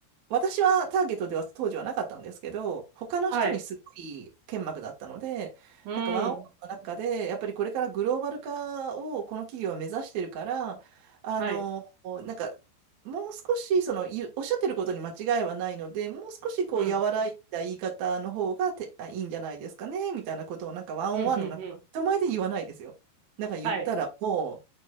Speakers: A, on the right; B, on the right.
A: 私はターゲットでは当時はなかったんですけど、他の人にすごい剣幕だったので、
B: はい。うん。
A: なんかワンオンワンの中で、やっぱりこれからグローバル化をこの企業は目指してるから、あの、
B: はい。
A: なんか、もう少しその、ゆおっしゃってることに間違いはないので、もう少しこう、
B: うん。
A: 和らいだ言い方の方がて、あ、いいんじゃないですかね、みたいなことを、なんかワンオンワンの中、
B: うん、うん、うん。
A: 人前で言わないですよ。なんか言ったら、
B: はい。
A: も